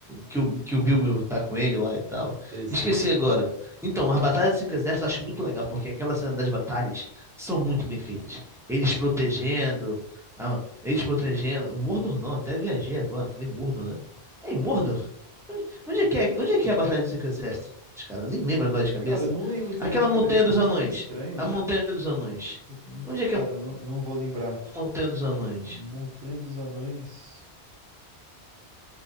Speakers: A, in the centre; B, on the right.
A: que o, que o Bilbo tá com ele lá e tal.
B: Sei, sei.
A: Esqueci agora. Então, as Batalhas dos Cinco Exércitos eu acho muito legal, porque aquela cena das batalhas são muito bem feitas. Eles protegendo, a- eles protegendo. Mordor não, até viajei agora, falei Mordor, né? É em Mordor? Onde, onde é que é, onde é que é a Batalha dos Cinco Exércitos, cara? Eu nem lembro agora de cabeça.
B: Cara, eu não lembro também
A: Aquela
B: de cabeça.
A: Montanha
B: É que
A: dos
B: é uns
A: Anões.
B: nomes estranhos,
A: A
B: né?
A: Montanha dos Anões.
B: Puta, não-
A: Onde é que
B: cara,
A: é a
B: não, não vou lembrar.
A: Montanha dos Anões?
B: Montanha dos Anões.